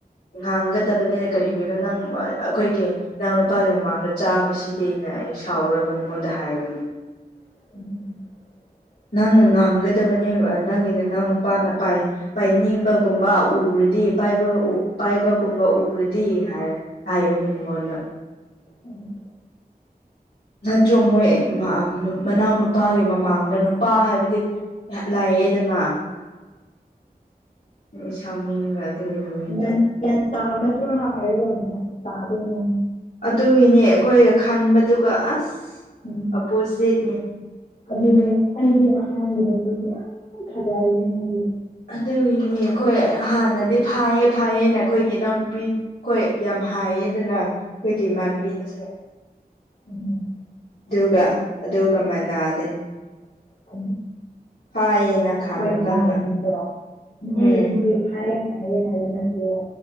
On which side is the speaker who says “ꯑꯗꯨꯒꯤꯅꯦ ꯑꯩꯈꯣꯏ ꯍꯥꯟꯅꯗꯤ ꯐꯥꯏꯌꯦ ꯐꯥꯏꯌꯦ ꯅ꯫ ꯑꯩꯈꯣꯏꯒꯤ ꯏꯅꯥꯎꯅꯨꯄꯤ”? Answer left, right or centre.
Left